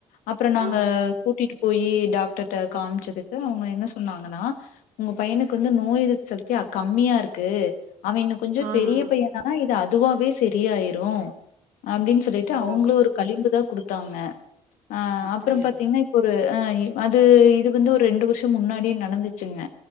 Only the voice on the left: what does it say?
அப்றோ நாங்க
கூட்டிட்டுப் போயி டாக்டர்ட காமிச்சதுக்கு அவுங்க என்ன சொன்னாங்கன்னா உங்க பையனுக்கு வந்து நோய் எதிர்ப்பு சக்தி அ கம்மியா இருக்கு அவன் இன்னு கொஞ்ச
பெரிய பையன்னா இது அது அதுவாவவே செரியாயிரு அப்டின்னு சொல்லிட்டு
அவுங்களு ஒரு களிம்பு தா குடு தாங்க ஆ
அப்பறம் பாத்தீங்கன்னா இப்ப ஒரு ஆ அது இது வந்து ஒரு ரெண்டு வருஷ முன்னாடி நடந்துச்சுங்க